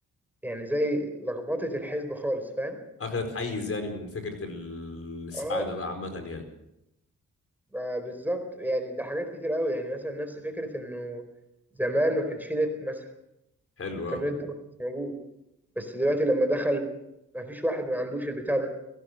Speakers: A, in the centre; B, on the left (about 45°).
A: يعني زي لخبطت الحسبة خالص فاهم؟
B: اخذت حيز يعني من فكره ال- السعاده
A: اه
B: بقى عامه يعني
A: ما بالظبط يعني ده حاجات كتير قوي يعني مثلا نفس فكرة انه زمان ما كانش في نت مثلا
B: حلو
A: الانترنت
B: اه
A: ده ما كانش موجود بس دلوقتي لما دخل ما فيش واحد ما عندوش البتاع ده